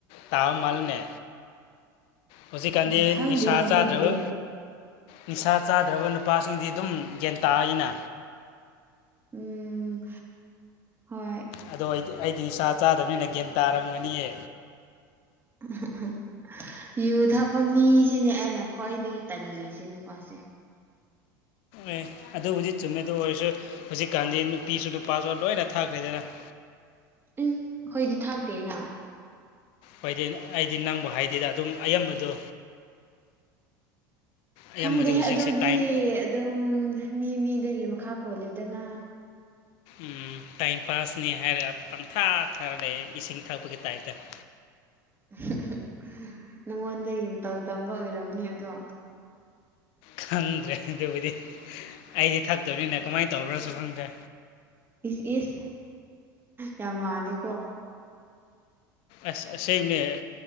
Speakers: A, on the left; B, on the right.
A: ꯇꯥꯕꯃꯥꯜꯂꯦꯅꯦ ꯍꯧꯖꯤꯛꯀꯥꯟꯗꯤ
B: ꯎꯝ ꯈꯪꯗꯦ
A: ꯅꯤꯁꯥ
B: ꯑꯗꯨꯕꯨꯗꯤ
A: ꯆꯥꯗ꯭ꯔꯕ ꯅꯤꯁꯥ ꯆꯥꯗ꯭ꯔꯕ ꯅꯨꯄꯥꯁꯤꯡꯗꯤ ꯑꯗꯨꯝ ꯒ꯭ꯌꯥꯟ ꯇꯥꯏꯅ
B: ꯎꯝ ꯍꯣꯏ
A: ꯑꯗꯣ ꯑꯩ ꯑꯩꯗꯤ ꯅꯤꯁꯥ ꯆꯥꯗꯕꯅꯤꯅ ꯒ꯭ꯌꯥꯟ ꯇꯥꯔꯝꯒꯅꯤꯌꯦ
B: ꯑꯥꯍꯥꯍꯥ ꯎꯝꯝ ꯌꯨ ꯊꯄ ꯃꯤꯁꯤꯅꯦ ꯑꯩ ꯩꯅ ꯈ꯭ꯋꯥꯏꯗꯒꯤ ꯇꯜꯂꯤ ꯁꯤ ꯅꯨꯄꯥꯁꯦ
A: ꯑꯦ ꯑꯗꯨ ꯍꯧꯖꯤꯛ ꯆꯨꯝꯃꯤꯗ ꯑꯣꯏꯔꯁꯨ ꯍꯧꯖꯤꯛꯀꯥꯟꯗꯤ ꯅꯨꯄꯤꯁꯨ ꯅꯨꯄꯥꯁꯨ ꯂꯣꯏꯅ ꯊꯥꯛꯈ꯭ꯔꯦꯗꯅ <inaudible>
B: ꯎꯝ ꯑꯩꯈꯣꯏꯗꯤ ꯊꯥꯛꯇꯦꯅ
A: ꯍꯥꯏꯗꯤ ꯑꯩꯗꯤ ꯅꯪꯕ ꯍꯥꯏꯗꯦꯗ ꯑꯗꯨꯝ ꯑꯌꯥꯝꯕꯗꯣ ꯑꯌꯥꯝꯕꯗꯤ
B: ꯈꯪꯗꯦ
A: ꯍꯧꯖꯤꯛꯁꯦ
B: ꯑꯗꯨꯗꯤ
A: ꯇꯥꯏꯝ
B: ꯑꯗꯨꯝ ꯃꯤ ꯃꯤꯗꯒꯤ ꯈꯥ ꯄꯣꯜꯂꯦꯗꯅ ꯂꯩꯗꯅ
A: ꯎꯝ ꯇꯥꯏꯝ ꯄꯥꯁꯅꯤ ꯍꯥꯏꯔꯒ ꯄꯪꯊꯥ ꯈꯥꯔ ꯂꯩ ꯏꯁꯤꯡ ꯊꯛꯄꯒꯤ ꯇꯥꯏꯞꯇ <inaudible>
B: ꯑꯍꯪ ꯑꯍꯥ ꯍꯥꯍꯥ ꯅꯪꯉꯣꯟꯗꯒꯤ ꯃꯇꯧ ꯇꯝꯕ ꯑꯣꯏꯝꯅꯤ ꯑꯗꯣ
A: ꯈꯪꯗ꯭ꯔꯦ ꯑꯗꯨꯕꯨꯗꯤ ꯑꯩꯗꯤ ꯊꯛꯇꯕꯅꯤꯅ ꯀꯃꯥꯏꯅ ꯇꯧꯕ꯭ꯔꯁꯨ ꯈꯪꯗ꯭ꯔꯦ
B: ꯏꯁ ꯏꯁ ꯌꯥꯝ ꯃꯥꯂꯤꯀꯣ
A: ꯑꯁ ꯑꯁꯦꯡꯕꯅꯦ